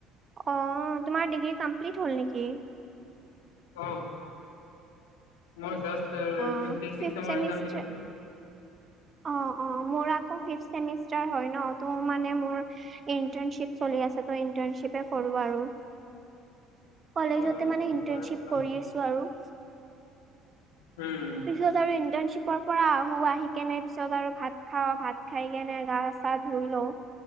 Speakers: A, on the right; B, on the left.
A: অ, তোমাৰ ডিগ্ৰী কামপ্লিট হল নেকি?
B: অ, মই জাষ্ট আ
A: অ',
B: চেম চিক্স
A: ফিফ্থ
B: চেমৰ
A: চেমিষ্টাৰ
B: ইকজাম দিলো।
A: অ অ, মোৰ আকৌ ফিফ চেমিষ্টাৰ হয় ন, তো মানে মোৰ ইণ্টাৰ্নশিপ চলি আছে ত ইণ্টাৰ্নশিপ তে কৰো আৰু কলেজতে
B: অ',
A: মানে ইণ্টাৰ্নশিপ
B: কৰা কৰা।
A: কৰি আছোঁ আৰু।
B: উম।
A: পিছত আৰু ইন্টাৰ্নশ্বিপৰ পৰা আহো আহি কেনে পিছত আৰু ভাত খাও, ভাত খাই কেনে গা চা ধুই লও,